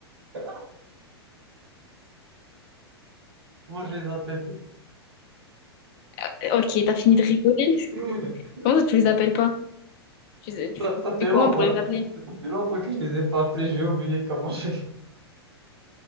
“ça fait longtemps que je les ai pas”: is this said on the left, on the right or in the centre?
Right